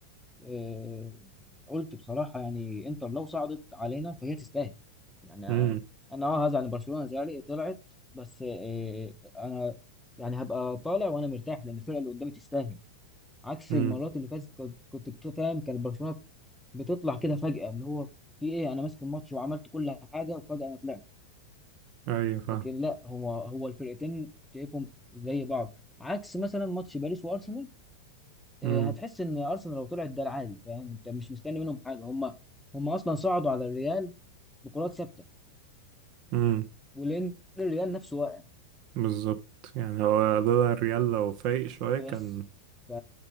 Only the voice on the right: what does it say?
امم
امم
ايوه فاهم
امم
امم
بالظبط يعني هو لولا الريال لو فايق شوية
كان